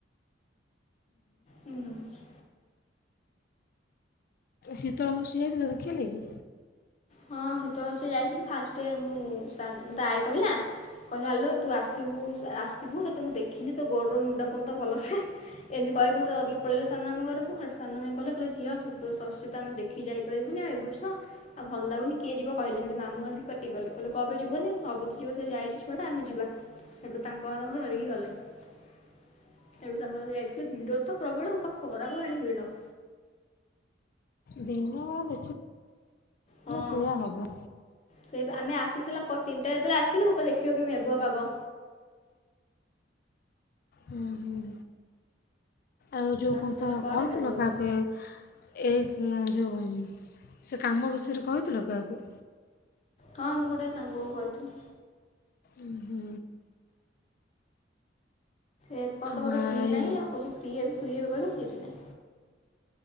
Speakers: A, on the left (about 40°); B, on the left (about 55°).
A: ଏଇନା ହଉଛି।
B: ଶୀତଳ ଷଷ୍ଠି ଯାଇଥିଲ ଦେଖିହେଲାକି।
A: ହଁ ଶୀତଳ ଷଷ୍ଠୀ ଯାଇଥିଲୁ। ଫାଷ୍ଟ ରେ ମୁଁ ସାର ମୋତେ ଆଈ କହିଲା। କହିଲା ଆଲୋ ତୁ ଆସିବୁ ଆସିବୁ ତୋତେ ମୁଁ ଦେଖିମି ତୋ ଗୋଡରୁ ମୁଣ୍ଡ ପଯ୍ୟନ୍ତ ଭଲସେ ଏମ କହିବୁ ଦରିକି ପଳେଇଲେ ସାନ ମାମୁଁ ଘରକୁ। ସାନ ମାଇଁ କହିଲେ କଇଲେ ଝିଅ ତୋ ଶଶୀ ତ ଆମେ ଦେଖି ଯାଇପାରିବୁନି ଏବେଠୁ ସ ଆବ୍ ଭଲ ଲାଗୁନି କିଏ ଯିବ କହିଲେ। ହେଟୁ ମାମୁଁ ଆସିକି ପାଟିକଲେ। କହିଲେ କଣ ପାଇଁ ଯିବନି ଅଲବତ ଯିବ ସେ ଯାଇଛି ଛୁଆଟା ଆମେ ଯିବା। ହେଟୁ ତାଙ୍କ ମାନଙ୍କୁ ଧରିକି ଗଲେ। ତେଣୁ ତାଙ୍କର ହେଇ ଯାଇଥିଲେ ଭିଡତ ପ୍ରବଳ ପାଖ ଖରାକୁ ଏଣେ ଭିଡ। <inaudible>
B: ଦିନବେଳା ଦେଖିବୁ
A: ହଁ
B: ସେୟା ହବ।
A: ସେ ଆମେ ଆସି ସାଇଲା ପରେ ତିନିଟା ରାତିରେ ଆସିଲୁ ବାପ କି ଦେଖିବାକୁ ମେଘୁଆ ପାଗ।
B: ହୁଁ ହୁଁ। ଆଉ ଯେଉଁ
A: ଆସି
B: କଅନ୍ତ
A: ସାରିଲା ପରେ
B: କହିଥିଲ
A: ମେଘ ହବ
B: କାଆକୁ ଏ ଏ ନା ଯେଉଁ ସେ କାମ ବିଷୟରେ କଇଥିଲ କାହାକୁ?
A: ହଁ ମୁଁ ଗୋଟେ ସାଙ୍ଗକୁ କଇଥିଲି।
B: ଉହୁଁ।
A: ଏପନ୍ତ ବୋଧେ
B: ଭାଇ
A: ଫ୍ରି ନାଇଁ ଆଉ କହୁଚି ଫ୍ରି ହେବି ଫ୍ରି ହେବ କେମତି?